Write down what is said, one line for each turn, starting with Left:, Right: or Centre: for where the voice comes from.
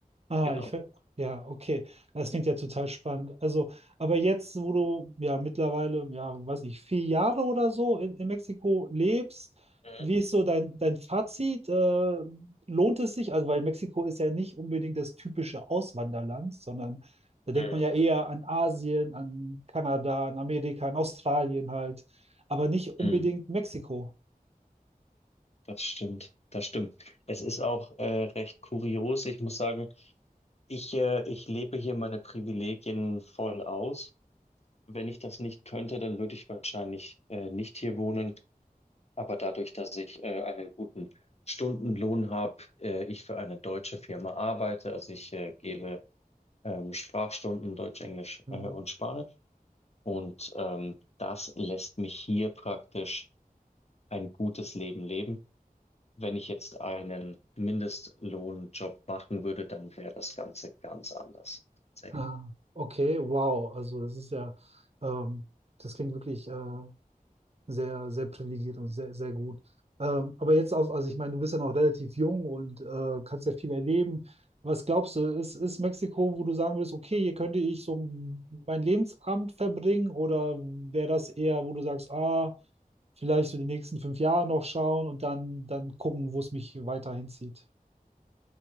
Right: Ah,
Left: Genau.
Right: ich ver ja, okay. Das klingt ja total spannend. Also, aber jetzt, wo du ja mittlerweile, ja, weiß nicht, vier Jahre oder so in, in Mexiko lebst,
Left: Mhm.
Right: wie ist so dein, dein Fazit? Äh, lohnt es sich? Also, weil Mexiko ist ja nicht unbedingt das typische Auswanderland, sondern da denkt
Left: Mhm.
Right: man ja eher an Asien, an Kanada, an Amerika, an Australien halt, aber nicht unbedingt
Left: Mhm.
Right: Mexiko.
Left: Das stimmt. Das stimmt. Es ist auch äh, recht kurios. Ich muss sagen, ich, äh, ich lebe hier meine Privilegien voll aus. Wenn ich das nicht könnte, dann würde ich wahrscheinlich äh, nicht hier wohnen. Aber dadurch, dass ich äh, einen guten Stundenlohn habe, äh, ich für eine deutsche Firma arbeite, also ich äh, gebe ähm, Sprachstunden Deutsch, Englisch
Right: Hm.
Left: äh, und Spanisch. Und ähm, das lässt mich hier praktisch ein gutes Leben leben. Wenn ich jetzt einen Mindestlohnjob machen würde, dann wäre das Ganze ganz anders, tatsächlich.
Right: Ah, okay, wow. Also, das ist ja, ähm, das klingt wirklich. äh, sehr, sehr privilegiert und sehr, sehr gut. Ähm, aber jetzt auf, also ich meine, du bist ja noch relativ jung und äh, kannst ja viel erleben. Was glaubst du, ist, ist Mexiko, wo du sagen würdest, okay, hier könnte ich so meinen Lebensabend verbringen oder wäre das eher, wo du sagst, ah, vielleicht so die nächsten fünf Jahre noch schauen und dann, dann gucken, wo es mich weiter hinzieht?